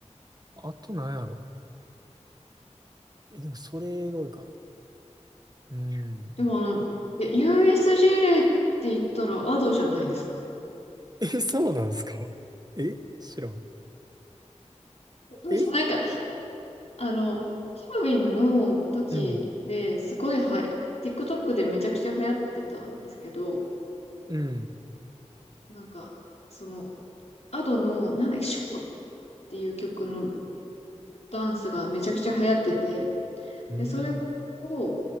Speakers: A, on the right; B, on the left.
A: あと何やろ。え、でもそれが多いかな。うん。
B: でもあの、え USJ って言ったらアドじゃないですか。
A: え、そうなんすかえ知らん。
B: <laughs>
A: え
B: なんか、あの、ハロウィンの時ですごいはや、
A: うん。
B: TikTok でめちゃくちゃ流行ってたんですけど、
A: うん。
B: なんか、その、アドの、なんだっけ、ショーっていう曲のダンスがめちゃくちゃ流行ってて、
A: うん。
B: で、それを